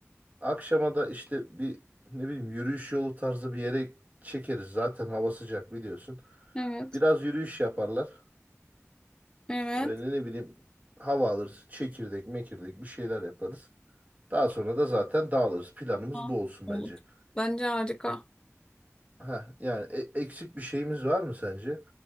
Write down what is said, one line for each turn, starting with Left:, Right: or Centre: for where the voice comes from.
Right: Akşama da işte bir ne bileyim yürüyüş yolu tarzı bir yere çekeriz. Zaten hava sıcak biliyorsun.
Left: Evet.
Right: Biraz yürüyüş yaparlar.
Left: Evet.
Right: Ve ne, ne bileyim hava alırız. Çekirdek mekirdek bir şeyler yaparız. Daha sonra da zaten dağılırız. Planımız
Left: Ha,
Right: bu olsun
Left: olur.
Right: bence.
Left: Bence harika.
Right: Ha, yani e- eksik bir şeyimiz var mı sence?